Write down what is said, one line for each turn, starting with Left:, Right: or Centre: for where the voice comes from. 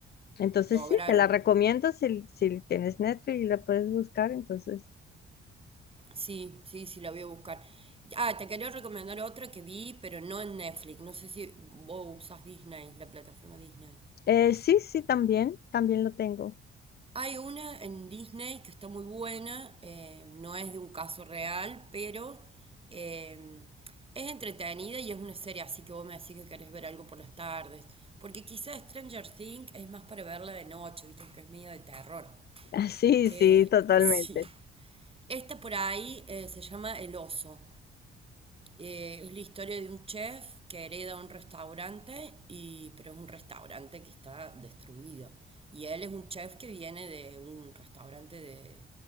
Left: entonces
Right: Lograron.
Left: sí, te la recomiendo si, si tienes Netflix y la puedes buscar, entonces.
Right: Sí, sí, sí, la voy a buscar. Ah, te quería recomendar otra que vi, pero no en Netflix. No sé si vos usas Disney, la plataforma Disney.
Left: Eh, sí, sí, también, también lo tengo.
Right: Hay una en Disney que está muy buena, eh, no es de un caso real, pero eh, es entretenida y es una serie, así que vos me decís que querés ver algo por las tardes. Porque quizás Stranger Things es más para verla de noche, viste, que es medio de terror.
Left: <laughs> Ah, Sí,
Right: Eh,
Left: sí, totalmente.
Right: <laughs> sí. Esta por ahí eh, se llama El Oso. Eh, es la historia de un chef que hereda un restaurante, y, pero es un restaurante que está destruido. Y él es un chef que viene de un restaurante de,